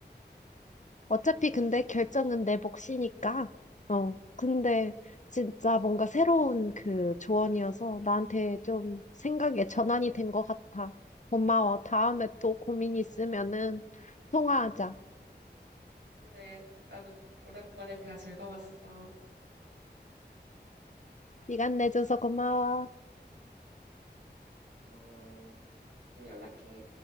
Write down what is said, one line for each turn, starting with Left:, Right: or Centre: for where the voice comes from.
Left: 어차피 근데 결정은 내 몫이니까. 어. 근데 진짜 뭔가 새로운 그 조언이어서 나한테 좀 생각의 전환이 된 것 같아. 고마워. 다음에 또 고민 있으면은 통화하자.
Right: 그래. 나도 오랜만에 대화 즐거웠어.
Left: 시간 내줘서 고마워.
Right: 고마워. 또 연락해.